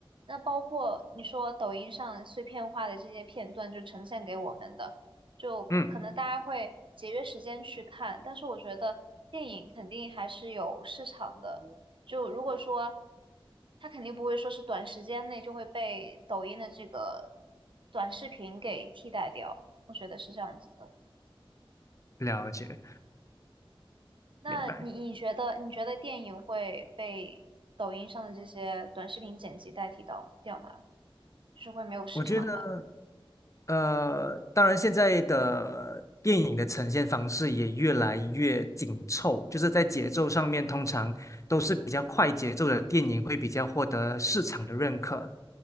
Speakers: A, on the right (about 60°); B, on the left (about 35°).
A: 那包括你说抖音上碎片化的这些片段，就呈现给我们的，就可能大家会节约时间去看，
B: 嗯，
A: 但是我觉得电影肯定还是有市场的。就如果说他肯定不会说是短时间内就会被抖音的这个短视频给替代掉，我觉得是这样子的。
B: 了解，
A: 那你你觉得你觉得电影会被抖音上的这些短视频剪辑代替到掉吗？
B: 明白。
A: 就是会没有市场吗？
B: 我觉得。呃，当然，现在的电影的呈现方式也越来越紧凑，就是在节奏上面，通常都是比较快节奏的电影会比较获得市场的认可。